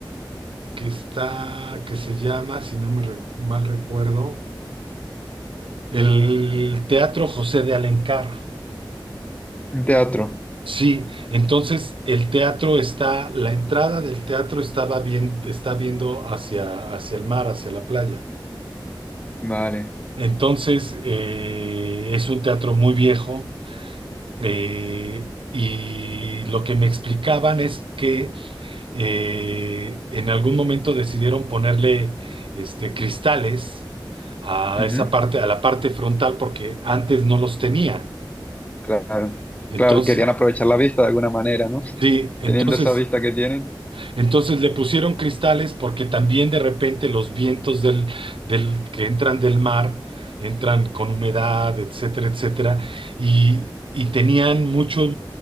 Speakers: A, on the right; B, on the left.
A: que está, que se llama, si no me recu- mal recuerdo, el Teatro José de Alencar.
B: Un teatro.
A: Sí, entonces el teatro está, la entrada del teatro estaba bien, está viendo hacia, hacia el mar, hacia la playa.
B: Vale.
A: Entonces eh, es un teatro muy viejo eh, y lo que me explicaban es que eh, en algún momento decidieron ponerle este, cristales a
B: Ujú.
A: esa parte, a la parte frontal porque antes no los tenía.
B: Claro.
A: Entonces,
B: Claro, querían aprovechar la vista de alguna manera, ¿no?
A: sí, entonces
B: Teniendo esa vista que tienen.
A: Entonces le pusieron cristales porque también de repente los vientos del, del, que entran del mar entran con humedad, etcétera, etcétera, y, y tenían mucho,